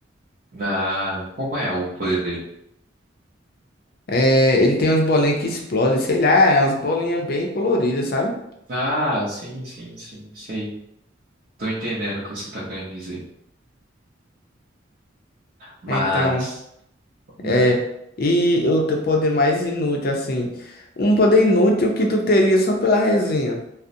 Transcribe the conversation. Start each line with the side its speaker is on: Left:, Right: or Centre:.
Right: Na, como é o poder dele?
Left: É, ele tem umas bolinhas que explodem, sei lá, é umas bolinhas bem coloridas, sabe?
Right: Ah, sim, sim, sim, sei. Tô entendendo o que você tá querendo dizer. Mas,
Left: Então,
Right: hum,
Left: é. E o teu poder mais inútil, assim. Um poder inútil que tu teria só pela resenha.